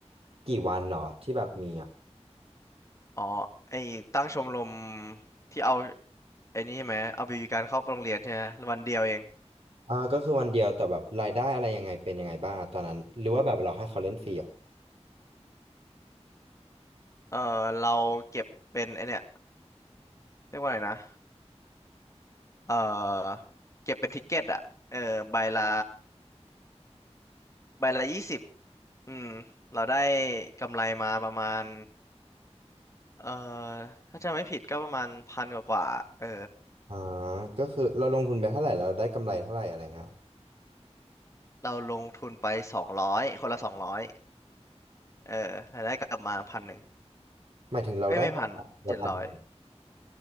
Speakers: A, on the right; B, on the left.
A: กี่วันหนอที่แบบมีอ่ะ
B: อ๋อไอตั้งชมรมที่เอา ไอ้นี่ใช่ไหมเอาบีบีการเข้าโรงเรียนใช่ไหมวันเดียวเอง
A: อ่าก็คือวันเดียวแต่แบบรายได้อะไรยังไงเป็นยังไงบ้างตอนนั้นหรือว่าแบบเราให้เขาเล่นฟรีเหรอ
B: เออเราเก็บเป็นไอเนี่ยเรียกว่าไงนะเออเก็บเป็นทิกเก็ตอะเออใบละใบละยี่สิบอืมเราได้กำไรมาประมาณเออถ้าจำไม่ผิดก็ประมาณพันกว่ากว่าเออ
A: อ่าก็คือเราลงทุนไปเท่าไหร่เราได้กำไรเท่าไหร่อะไรเงี้ย
B: เราลงทุนไปสองร้อยคนละสองร้อยเออรายได้กลับมาพันหนึ่ง
A: หมายถึงเราได้กว่าเดือนพันหนึ่งเหรอ
B: เอ้ยไม่พันเจ็ดร้อย